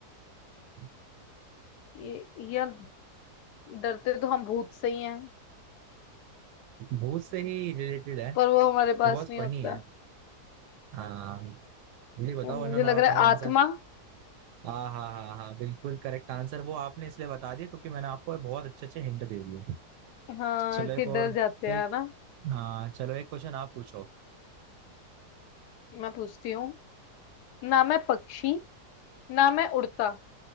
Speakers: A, on the right; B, on the left.
A: <laughs>
B: ये यार डरते तो हम भूत से ही हैं
A: भूत से ही रिलेटेड है
B: पर वो हमारे
A: तो
B: पास
A: बहुत
B: नहीं
A: फनी
B: होता
A: है हाँ ये बताओ वरना
B: मुझे
A: मैं
B: लग
A: बताऊं
B: रहा है
A: आंसर
B: आत्मा
A: हाँ हाँ हाँ हाँ बिल्कुल करेक्ट आंसर वो आपने इसलिए बता दिया क्योंकि मैंने आपको बहुत अच्छे अच्छे हिंट दे दिए
B: हाँ
A: चलो
B: कि
A: एक
B: डर
A: और
B: जाते
A: एक
B: हैं ना
A: हाँ चलो एक क्वेश्चन आप पूछो
B: मैं पूछती हूँ ना मैं पक्षी ना मैं उड़ता